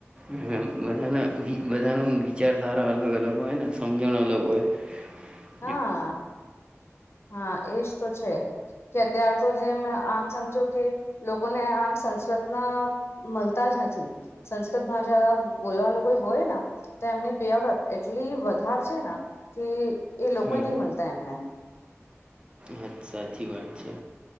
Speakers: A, on the right (about 20°); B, on the left (about 55°).
A: હ બધાના બધાના વિચારધારા અલગ અલગ હોય ને સમજણ અલગ હોય. <inaudible>
B: હા. હા એજ તો છે કે અત્યાર તો જેમ આમ સમજો કે. લોકોને આમ સંસ્કૃતના મળતા જ નથી. સંસ્કૃત ભાષા બોલવા વા કોઈ હોય. તો એમની પેઆઉટ એટલી વધારે છે ને કે એ લોકો
A: હમ
B: નહી મળતા એમને.
A: હા સાચી વાત છે.